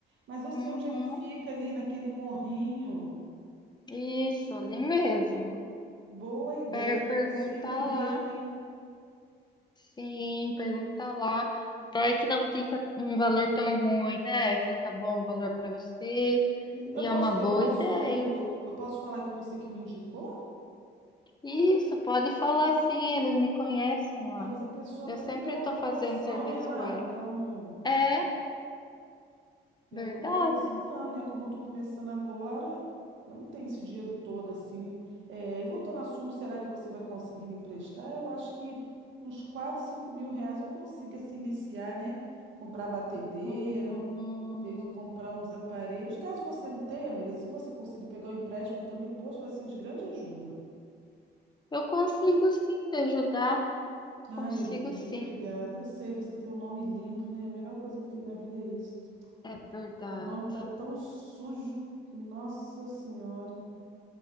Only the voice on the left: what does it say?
Uhum,
isso, ali mesmo.
Per
pergunta
lá.
Sim, pergunta lá. Vai que não fica um valor tão ruim, né? Fica bom o valor para você.
E
é uma boa
ideia.
Isso, pode falar sim, eles me conhecem lá.
Eu
sempre
estou
fazendo serviço
com eles.
É
verdade.
Uhum.
Eu consigo sim te ajudar,
consigo
sim,
é verdade.